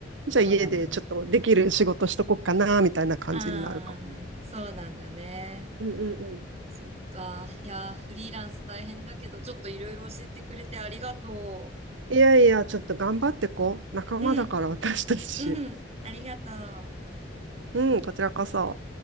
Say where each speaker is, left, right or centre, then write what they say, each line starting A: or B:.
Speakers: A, on the right (about 35°); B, on the right (about 80°).
A: そうなんだね。
B: じゃあ家でちょっとできる仕事しとこっかな、みたいな感じになるかも。
A: ああ、そうなんだね。
B: うんうんうん
A: そっか。いやー、フリーランス大変だけど、ちょっといろいろ教えてくれてありがと
B: いやいや、ちょっと頑張ってこう。仲間だから、
A: う。うん、
B: 私たち。
A: うん、ありがとう。
B: うん、こちらこそ。